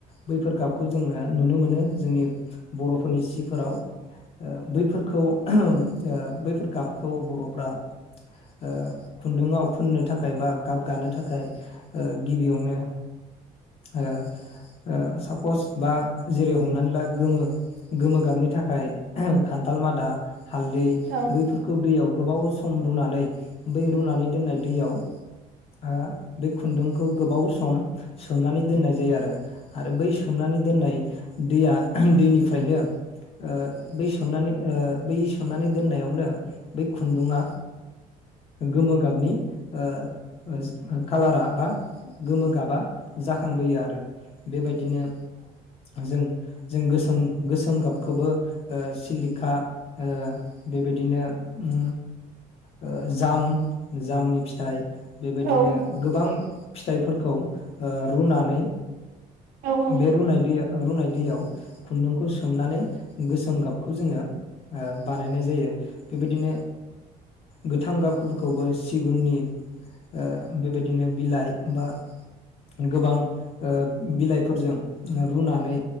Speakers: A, on the left; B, on the right.
A: बैफोर गाबखौ जोङो नुनो मोनो जोंनि बरफोरनि सिफोराव ओ बैफोरखौ ओ बै फोर गाबखौ बरफ्रा ओ खुन्दुंङाव फुननो थाखाय बा गाब गानो थाखाय ओ गिबियावनो ओ ओ सापस बा जेरै हमनानै ला गोमो गोमो गाबनि थाखाय खान्थाल मादा हालदै
B: औ
A: बैफोरखौ दैयाव गोबाव स सम रुनानै बै रुनानै दोननाय दैयाव आ बे खुन्दुंखौ गोबाव सम सोमनानै दोननाय जायो आरो आरो बै सोमनानै दोननाय दैया दैनिफ्रायनो ओ बै सोमनानै ओ बै सोमनानै दोननायाव नो बै खुन्दुंया गोमो गाबनि ओ ओ ओ खालारा बा गोमो गाबा जाखां बोयो आरो बेबाय दिनो जों जों गोसोम गोसोम गाबखौबो ओ सिलिखा ओ बेबायदिनो उम ओ जाम जामनि फिथाइ बेबायदिनो
B: औ
A: गोबां फिथाइफोरखौ ओ रुनानै
B: औ
A: बे रुनाय दैया रुनाय दैयाव खुन्दुं खौ सोमनानै गोसोम गाबखौ ओ जोङो बानायनाय जायो बेबायदिनो गोथां गाबफोरखौबो सिगुननि ओ बेबायदिनो बिलाइ बा गोबां ओ बिलाइ फोरजों ओ रुनानै